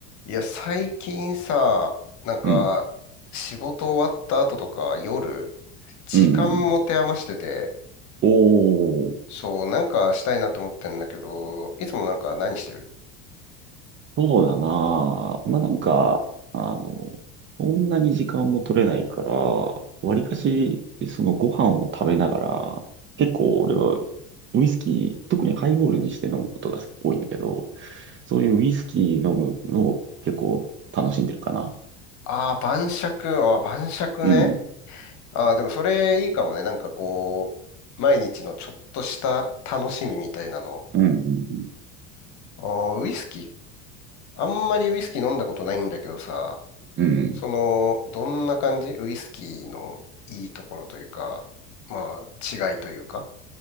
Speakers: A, on the left (about 50°); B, on the right (about 35°).
A: いや、最近さ、なんか、
B: うん。
A: 仕事終わった後とか夜、時間持て余してて、
B: うん。うんおー、
A: そう、なんかしたいなと思ってんだけど、いつもなんか何してる
B: そうだな。まあ、なんか、あの、そんなに時間も取れないから、わりかし、そのご飯を食べながら、結構俺はウイスキー、特にハイボールにして飲むことが多いんだけど、そういうウイスキー飲むのを結構楽しんでるかな。
A: ああー、晩酌、ああ、晩酌ね。
B: うん。
A: ああ、でもそれいいかもね。なんかこう、毎日のちょっとした楽しみみたいなの。
B: うん。うん。
A: ああ、ウイスキー。あんまりウイスキー飲んだことないんだけどさ、
B: うんうん
A: その、どんな感じウイスキーのいいところというか、まあ、違いというか。